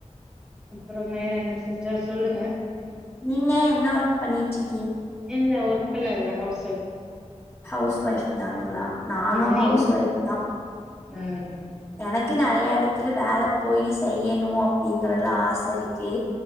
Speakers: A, in the centre; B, on the left (about 20°).
A: அப்புறம் வேற என்ன சிஸ்டர் சொல்லுங்க
B: நீங்க என்ன ஒர்க் பண்ணிட்ருக்
A: இல்ல ஒர்க்கல்லா இல்ல ஹவுஸ் ஒயிஃப்
B: ஹவுஸ் ஒய்ஃப் தானங்களா நானு
A: நீங்
B: ஹவுஸ் ஒய்ஃப் தா
A: ம்
B: எனக் கு நறைய இடத்துல வேல போய் செய்யணு அப்டிங்கறதுல ஆசை இருக்கு